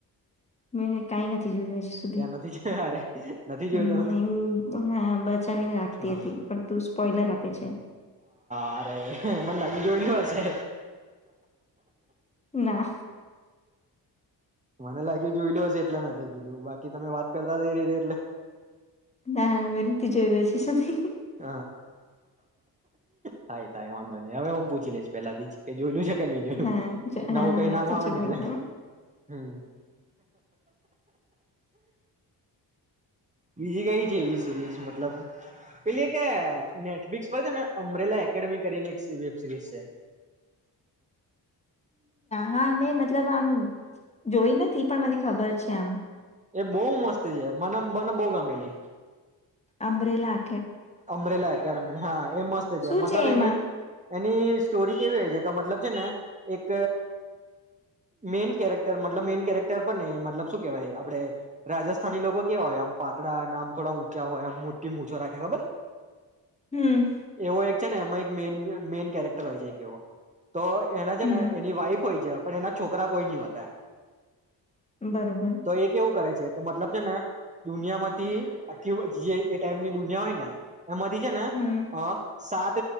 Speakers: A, on the left; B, on the right.
A: મને મે કંઈ નથી જોયું હજી સુધી.
B: ત્યાં નથી જ અરે નથી
A: હું
B: જોયું તમે
A: હું બચાવીને રાખતી
B: હા
A: હતી, પણ તું સ્પોઈલર આપે છે.
B: હલો <inaudible> હં મને લાગી જોયલી હશે.
A: ના
B: મને લાગ્યું, જોયલુ હશે. એટલે મે તો કીધું. બાકી, તમે વાત કરતા એ રીતે એટલે.
A: ના, મે નથી જોયું હજુ સુધી.
B: હ! થાય થાય વાંધો નહી. હવે હું પૂછી લઈશ પેલાથી જ કે જોયલું છે. એ નઈ જોયુ.
A: હા જ-
B: નવું
A: હા
B: કઈ નામ
A: પૂછી
B: આવેને,
A: નાખજે
B: એટલે
A: હો
B: હમ. બીજી કંઈ છે એવી સિરીઝ? મતલબ, પેલી એક નેટફ્લિક્સ પર છે ને, અમ્બ્રેલા એકેડેમી કરીને વેબ સિરીઝ છે.
A: હા, મેં મતલબ આમ જોઈ નથી, પણ મને ખબર છે. આમ
B: એ બહુ મસ્ત છે. મને, મને બહુ ગમેલી.
A: અમ્બ્રેલા?
B: અમ્બ્રેલા એકેડમી, હા, એ મસ્ત છે.
A: શું
B: મતલબ,
A: એમાં
B: એની. ની સ્ટોરી કેવી હોય છે? મતલબ, છે ને એક મેઈન કેરેક્ટર. મતલબ, મેઈન કેરેક્ટર પણ નહીં. મતલબ શું કહેવાય? આપડે રાજસ્થાની લોકો કેવા હોય, આમ પાતળા, થોડા ઊંચા હોય, આમ મોટીમુછો રાખે, ખબર?
A: હમ.
B: એવો એક છે. ને એમાં એક મે મેઈન કેરેક્ટર હોય છે. એક એવો તો એના છે,
A: હમ
B: ને એની વાઈફ હોય છે. પણ એના છોકરા કોઈ નહી હોતા. <unintelligible>
A: બરોબર
B: તો એ કેવું કરે છે. તો મતલબ છે. ને દુનિયામાંથી, આખી જે એ ટાઈપની દુનિયા હોય ને એ માથી છે ને,
A: હમ
B: અ સાત